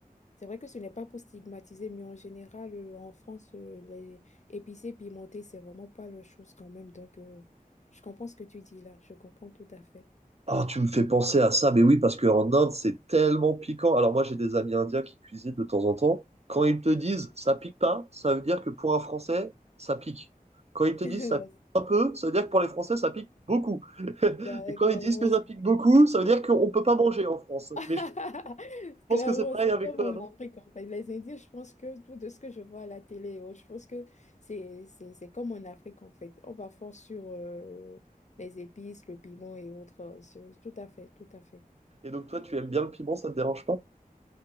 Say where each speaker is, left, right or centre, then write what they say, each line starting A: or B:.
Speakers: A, on the left; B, on the right.
A: c'est vrai que ce n'est pas pour stigmatiser, mais en général, euh, en France, euh, les épicés pimentés, c'est vraiment pas la chose quand même. Donc, euh, je comprends ce que tu dis là, je comprends tout à fait.
B: Ah, tu me fais penser à ça, mais oui, parce qu'en Inde, c'est tellement piquant. Alors moi, j'ai des amis indiens qui cuisinent de temps en temps. Quand ils te disent ça pique pas, ça veut dire que pour un Français, ça pique. Quand ils te
A: <laughs>
B: disent ça
A: Bah,
B: pique un peu,
A: c'est-
B: ça veut dire que pour les Français, ça pique beaucoup. <laughs>
A: bah,
B: Et quand
A: clairement,
B: ils disent que ça
A: c'est
B: pique beaucoup, ça veut dire qu'on ne peut pas manger en France.
A: <laughs>
B: Mais je pense
A: Clairement,
B: que c'est pareil
A: c'est
B: avec
A: comme
B: toi,
A: en
B: non?
A: Afrique, en fait. Les Indiens, je pense que tout de ce que je vois à la télé, oh, je pense que c'est, c'est, c'est comme en Afrique, en fait. On va fort sur euh, les épices, le piment et autres. euh, sur- Tout à fait, tout à fait.
B: Et donc toi, tu aimes bien le piment, ça te dérange pas?